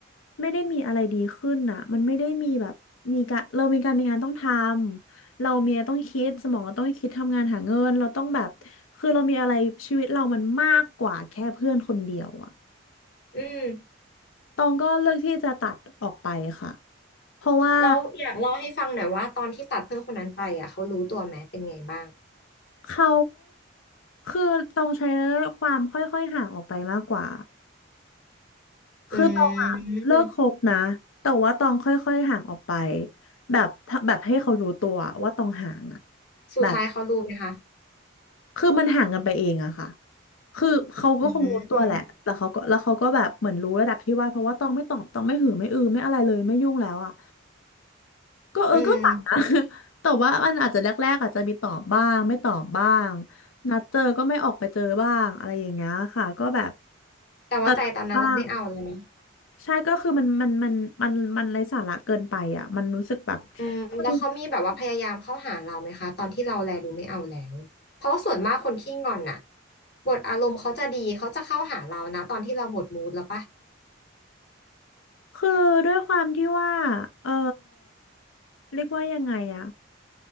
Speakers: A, on the left (about 80°); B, on the left (about 50°).
A: ไม่ได้มีอะไรดีขึ้นอ่ะมันไม่ได้มีแบบมีการเรามีการมีงานต้องทำเรามีอะไรต้องคิดสมองเราต้องคิดทำงานหาเงินเราต้องแบบคือเรามีอะไรชีวิตเรามันมากกว่าแค่เพื่อนคนเดียวอ่ะ
B: อืม
A: ตองก็เลือกที่จะตัดออกไปค่ะ เพราะว่า
B: แล้วอยากเล่าให้ฟังหน่อยว่าตอนที่ตัดเพื่อนคนนั้นไปอ่ะเขารู้ตัวไหมเป็นไงบ้าง
A: เขาคือตองใช้ความค่อยๆห่างออกไปมากกว่า คือตองอะเลิกคบนะ
B: อืม
A: แต่ว่าตองค่อยๆห่างออกไปแบบแบบให้เขารู้ตัวว่าตองห่างอะ
B: สุดท้ายเขารู้ไหมคะ
A: แบบคือมันห่างกันไปเองอะค่ะ คือเขาก็คงรู้ตัวแหละแต่เขาก็แล้วเขาก็แบบเหมือนรู้ระดับที่ว่าเพราะว่าตองไม่ตอบตองไม่หือไม่อือไม่อะไรเลยไม่ยุ่งแล้วอะ
B: อืม
A: ก็เออก็ตัดนะ
B: อืม
A: <laughs> แต่ว่ามันอาจจะแรกๆอาจจะมีตอบบ้างไม่ตอบบ้างนัดเจอก็ไม่ออกไปเจอบ้างอะไรอย่างเงี้ยค่ะก็แบบ
B: แต่ว่าใจตอนนั้นเราไม่เอาแล้วนะ
A: ตัดบบ้างใช่ก็คือมันมันมันมันมันไร้สาระเกินไปอ่ะมันรู้สึกแบบ
B: อืมแล้วเขามีแบบว่าพยายามเข้าหาเราไหมคะตอนที่เราแลดูไม่เอาแล้วเพราะว่าส่วนมากคนขี้งอนน่ะ
A: คือ
B: บทอารมณ์เขาจะดีเขาจะเข้าหาเรานะตอนที่เราหมดมูดแล้วปะ
A: คือด้วยความที่ว่าเออเรียกว่ายังไงอะ